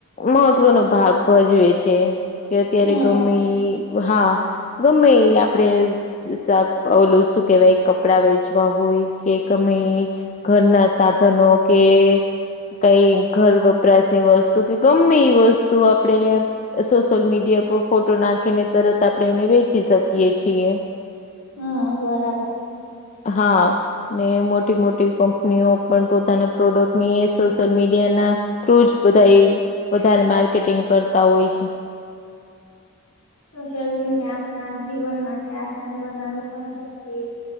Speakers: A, on the left; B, on the left.
A: મહત્વનો ભાગ ભજવે છે. કે અત્યારે
B: હા
A: ગમે હા ગમે આપડે શાક ઓલું શું કેવાય કપડાં વેચવા હોય કેમે ઘરના સાધનો કે કઈ ઘર વપરાશની વસ્તુ કે ગમે એ વસ્તુ આપણેે સોશિયલ મીડિયા પર ફોટો નાખીને તરત આપણે એને વેચી શકીએ છીએ.
B: હા બરાબર.
A: હા. ને મોટી મોટી કંપનીઓ પણ પોતાના પ્રોડક્ટ ની સોશિયલ મીડિયા ના થ્રુજ બધા એ વધારે માર્કેટિંગ કરતા હોય છે.
B: સોશિલ મીડિયા આપના જીવન માટે આસાન બનાવી પણ શકે